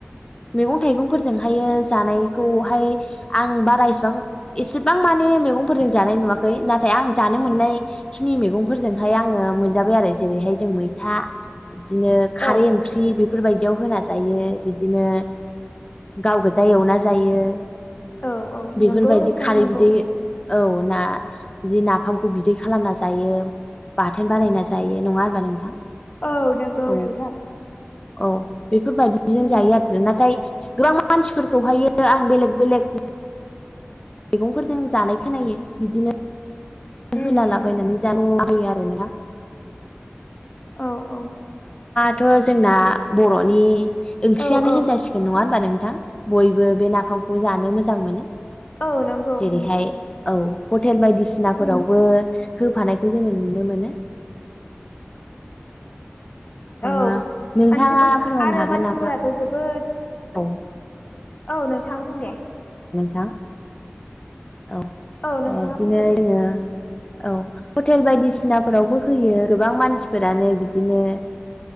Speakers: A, on the left; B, on the left.
A: मैगं थाइगंफोरजोंहायो जानायखौहाय आं बारा इसेबां एसेबां माने माने मैगंफोरनि जानाय नुवाखै नाथाय आं जानो मोननायखिनि मैगंफोरजोंहाय आङो मोनजाबाय आरो जेरैहाय जों मै था बिदिनो खारै
B: औ
A: ओंख्रि बे बेफोरबायदियाव होना जायो बिदिनो गाव गोजा एवना जायो।
B: औ औ
A: बेफोरबायदि
B: नंगौ नोंथां
A: खारै
B: नंगौ
A: बिदै औ ना जि नाफामखौ बिदै खालामना जायो। बाथोन बानायना जायो नङा होनबा नोंथां?
B: औ नोंगौ
A: औ
B: नोंथां
A: औ बेफोरबादिजों
B: उम
A: जायो आरो नाथाय गोबां मानसिफोरखौहायो आं बेलेग बेलेग मैगंफोरजों जानाय खोनायो बिदिनो
B: उम
A: होलालाबायनानै
B: उम उम
A: जानाय आरो <unintelligible>
B: औ औ
A: थ' जोंना बर'नि ओंख्रियानो
B: औ
A: होनजासिगोन
B: औ
A: नङा होनबा नों थां बयबो बे नाफामखौ जानो मोजां मोनो
B: औ नंगौ
A: जेरैहाय
B: उम
A: औ हटेल बायदिसिना फोरावबो
B: उम
A: होफानायखौ जोङो नुनो मोनो
B: औ
A: ओ नोंथाङा
B: मानसिफोर
A: फोरमायनो
B: आरो
A: हागोन
B: मानसिफोराथ'
A: नामा
B: जोबोद
A: औ
B: औ नोंथां बुं दे
A: थां औ
B: औ नोंथाङा
A: बिदिनो
B: बुंदो दे
A: जोङो औ हटेल बायदिसिनाफोरावबो होयो गोबां मानसिफोरानो बिदिनो